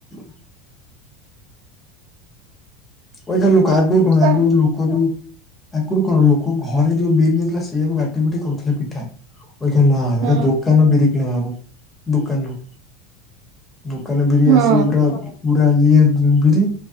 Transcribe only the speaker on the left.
<unintelligible> ଏଇ କ୍ଷିଣା ଲୋକ ଆଗରୁ
କଣ
ଆଗରୁ ଲୋକ ଯୋଉ ଆଗରୁ କଣ ଲୋକ ଘରେ ଯୋଉ ବିରି ହୋଉଥିଲା ସେଇଆକୁ ବାଟି ବୁଟି କରୁଥିଲେ ପିଠା ଏଇ ଖୁଣି ନା ଏଇକ୍ଷିଣା
ଦୋକାନ ବିରି କିଣା ହବ ଦୋକାନରୁ ଦୋକାନ ବିରି
ଆସିବ ପୁରା ପୁରା ଇଏ ବିରି